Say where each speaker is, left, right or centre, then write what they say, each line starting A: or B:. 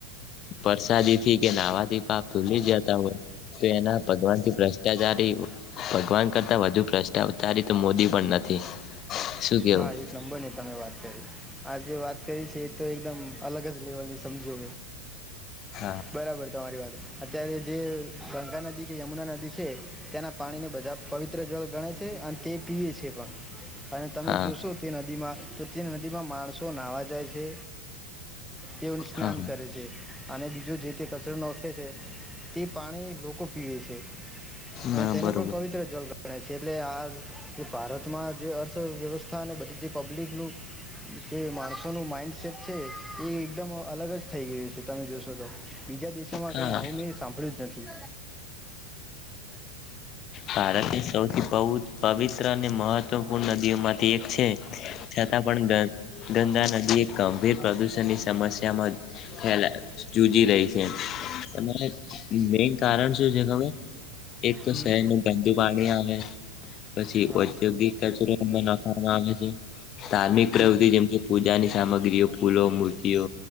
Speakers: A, on the left; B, in the centre.
A: પરસાદીથી કે નાહવાથી પાપ ધૂલી જતા હોય તો એના ભગવાનથી ભ્રષ્ટાચારી ભગવાન કરતા વધુ ભ્રષ્ટાચારી તો મોદી પણ નથી. શું કેવું
B: હા એક નંબર ની તમે વાત કરી આ જે વાત કરી છે એ તો એકદમ અલગ જ તે હજી સમજો
A: હા
B: બરાબર તમારી વાત અત્યારે જે ગંગા નદી કે યમુના નદી છે તેના પાણીને બધા પવિત્ર જળ ગણે છે અને તે પીએ છે પણ અને તમે
A: હા
B: જો તે નદીમાં તો તે નદીમાં માણસો નાવા જાય છે. તેવો ન સ્નાન
A: હા હા.
B: કરે છે. અને બીજો જે તે કચરો નાખે છે તે પાણી લોકો પીવે છે અને
A: ના
B: તેને
A: બરોબર.
B: પણ પવિત્ર જલ પણ છે એટલે આ જે ભારતમાં જે અર્થવ્યવસ્થા થા અને બધી જે પબ્લિકનું જે માણસોનું માઇન્ડસેટ છે એ એકદમ અલગ જ થઈ ગયું છે તમે જોશો તો બીજા દેશોમાં
A: હા
B: કઈ આવું મેં સાંભળ્યું જ નથી
A: ભારત ની સૌથી પઉ પવિત્ર મહત્વપૂર્ણ નદીઓમાંથી એક છે છતાં પણ ગંદા નદી એ ગંભીર પ્રદૂષણની સમસ્યામાં ફલા રહી છે તમારે મેન કારણ શું છે ખબર એક તો
B: હમ.
A: શેહર નું ગંદુ પાણી આવે પછી
B: હા
A: ઔદ્યોગિક કચરો એમાં નખાવામાં આવે છે ધાર્મિક
B: હમ
A: પ્રવૃતિ જેમકે પૂજાની સામગ્રીઓ ફૂલો મૂર્તિઓ